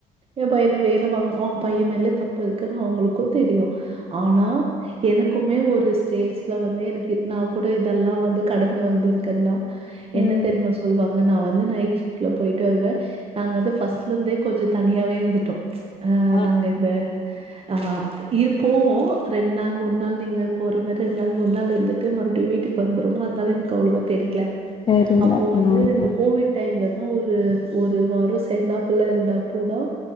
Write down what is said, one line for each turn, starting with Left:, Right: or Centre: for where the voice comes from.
Right: எ பையன வேல வாங் அவுங்க பைய மேலே தப்பு இருக்குன்னு அவுங்களுக்கு தெரியு ஆனா எனக்குமே ஒரு ஸ்டேஜ்ல வந்து எனக்கு நா கூட இதெல்லா வந்து கடந்து வந்திருக்கே தா என்ன
Left: ம்
Right: தெரியுமா சொல்லுவாங்க நா வந்து நைட் ப்ட்ல போயிட்டு வருவே நாங்க வந்து ஃபர்ஸ்ட்ல இருந்தே கொஞ்சோ தனியாவே இருந்துட்டோ அ
Left: ஆ
Right: நாங்க இந்த ஆ இரு போவோ ரெண்டு நாள் மூணு நாள் நீங்க போற மாரி ரெண்டு நாள் மூணு நாள் இருந் துட்டு மறுபடியு வீட்டுக்கு வந்துருவோம அதனால எனக்கு அவ்ளோவ தெரில
Left: தெரில
Right: அப்போ வந்து
Left: ம்
Right: இந்த கோவிட் டைம்ல தா ஒரு ஒரு வாரோ சேந்தாப்புள்ள இருந்தப்போதா